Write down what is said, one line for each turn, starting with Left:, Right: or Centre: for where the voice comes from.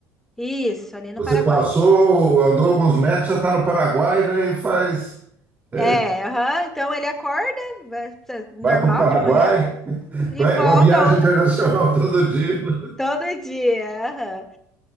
Centre: Isso, ali no
Right: Você
Centre: Paraguai.
Right: passou, andou alguns metros, já está no Paraguai, daí faz, é,
Centre: É, aham, então ele acorda, vai- tá normal
Right: vai para o Paraguai,
Centre: de manhã, e
Right: vai,
Centre: volta
Right: uma viagem
Centre: ó,
Right: internacional <laughs> todo dia, né?
Centre: todo dia. aham.